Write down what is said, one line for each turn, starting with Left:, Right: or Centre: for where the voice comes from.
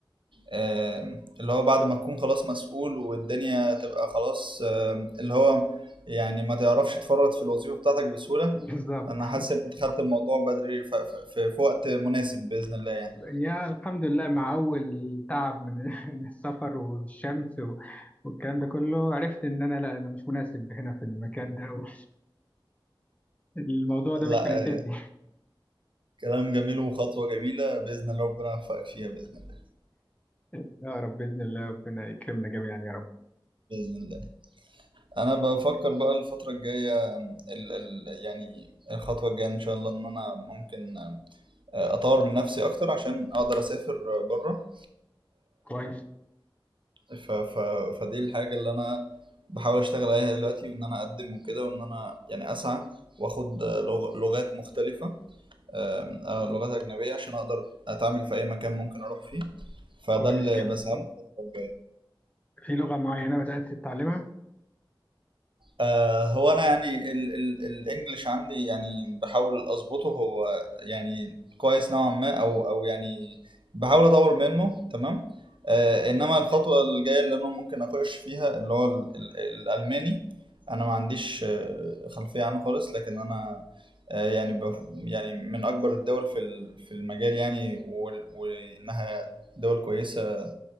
Right: آم، اللي هو بعد ما تكون خلاص مسؤول والدنيا تبقى خلاص آم، اللي هو يعني ما تعرفش تفرط في الوظيفه بتاعتك بسهوله
Left: <laughs> بالظبط
Right: انا حاسس ان انت خدت الموضوع بدري ف- ف- في, في وقت مناسب باذن الله يعني
Left: يا الحمد لله مع أول تعب من <laughs> من السفر والشمس و- والكلام ده كله عرفت إن أنا لا أنا مش مناسب هنا في المكان ده و- الموضوع ده
Right: لا
Left: مش مناسبني
Right: آه، كلام جميل وخطوه جميله باذن الله ربنا يوفقك فيها باذن الله
Left: <laughs> يا رب بإذن الله ربنا يكرمنا جميعا يا رب
Right: باذن الله انا بفكر بقى الفتره الجايه ال ال يعني الخطوه الجايه ان شاء الله ان انا ممكن آه، اطور من نفسي اكتر عشان اقدر اسافر بره
Left: كويس
Right: ف ف فدي الحاجه اللي انا بحاول اشتغل عليها دلوقتي وان انا اقدم وكده وان انا يعني اسعى واخد آه، لغ- لغات مختلفه آم، آه، لغات اجنبيه عشان اقدر اتعامل في اي مكان ممكن اروح فيه فده
Left: كويس
Right: اللي
Left: كده
Right: بسعى له الفتره الجايه
Left: في لغة معينة بدأت تتعلمها؟
Right: آه هو انا يعني ال- ال- الانجليش عندي يعني بحاول اظبطه هو يعني كويس نوعا ما او او يعني بحاول اطور منه تمام آه انما الخطوه الجايه اللي انا ممكن اخش فيها اللي هو ال- ال- الالماني انا ما عنديش آه، خلفيه عنه خالص لكن انا آه، يعني بف- يعني من اكبر الدول في ال- في المجال يعني وال- وانها دول كويسه